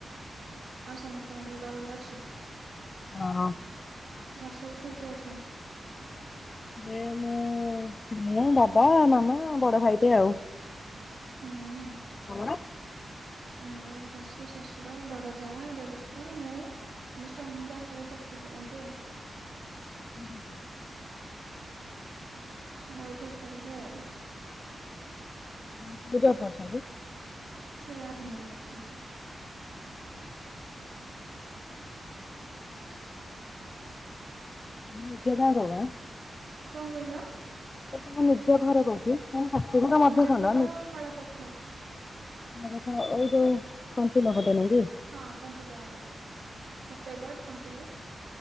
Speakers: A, on the right; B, on the left.
A: ଆଉ ସମସ୍ତଙ୍କ ଦେହ ପା ଭଲ ଅଛି?
B: ଅ ହଉ।
A: ଘରେ ସବୁ କିଏ କିଏ ଅଛନ୍ତି?
B: ଏବେ ମୁଁ- ମୁଁ, ବାବା, ମାମା, ବଡ ଭାଇଟେ ଆଉ।
A: ହୁଁ ଉଁ।
B: ତମର
A: ଆମର ଶାଶୁ, ଶ୍ୱଶୁର, ବଡ ଯା, ଦେଡ଼ୁଶୁର, ମୁଁ ଆ ମୋ ସ୍ଵାମୀ ବାହାରେ ଚାକିରି କରନ୍ତି ଆଉ।
B: <unintelligible>
A: ମୁଁ ଏଇଠି ଏକା ରୁହେ ଆଉ।
B: ସ୍ୱାମୀ କଣ ଜବ କରିଚନ୍ତି?
A: ସେ ଆର୍ମିରେ ଅଛନ୍ତି।
B: ହୁଁ ହୁଁ। ନିଜ ଗାଁ, କୋଉ ଗାଁ?
A: କଣ କହିଲ?
B: କିନ୍ତୁ ମୋ ନିଜ ଘର କଉଠି ହାତୀ ଘର ମଧ୍ୟ
A: ନିଜ
B: ଖଣ୍ଡ
A: ଘର କଳା ପଥର
B: ତମ ଘର ତ ଏଇ ଯଉ କଣ୍ଟିଲୋ ପଟେ, ନାଇଁକି?
A: ହଁ କଣ୍ଟିଲୋ ଆଗକୁ, ଫତେଗଡ କଣ୍ଟିଲୋ।